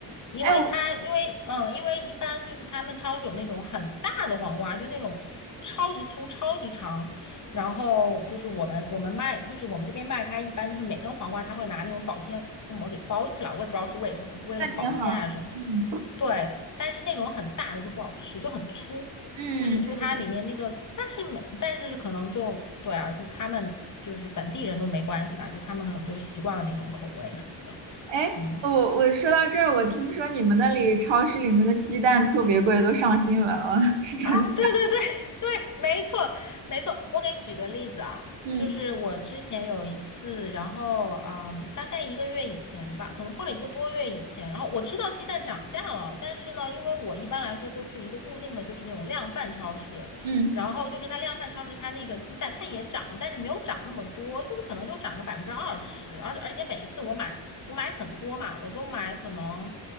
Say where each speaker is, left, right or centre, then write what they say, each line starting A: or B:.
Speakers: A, on the left; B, on the right.
A: 因为它，
B: 哎，我
A: 因为嗯，因为一般就是他们超市有那种很大的黄瓜，就那种超级粗、超级长，然后就是我们我们卖，就是我们这边卖它一般就是每根黄瓜，它会拿那种保鲜膜给包起来，我也不知道是为什么，是为了保鲜还是什么。
B: 那挺好。嗯
A: 对，但是那种很大的就不好吃，就很粗，
B: 嗯，
A: 就是就它里面那个，
B: 是的。
A: 但是没，但是可能就对啊，就他们就是本地人都没关系吧，就他们可能就习惯了那种口味什么的，
B: 哎，
A: 嗯。
B: 我我说到这儿，我听说你们那里超市里面的鸡蛋特别贵，都上新闻了，是真的。
A: <laughs> 对对对 <laughs> 对，没错没错。我给你举个例子啊，
B: 嗯，
A: 就是我之前有一次，然后嗯，大概一个月以前吧，可能或者一个多月以前，然后我知道鸡蛋涨价了，但是呢，因为我一般来说都去一个固定的，就是那种量贩超市，
B: 嗯，
A: 然后就是它量贩超市它那个鸡蛋它也涨了，但是没有涨那么多，就是可能就涨个百分之二十，而而且每一次我买我买很多嘛，我都买可能。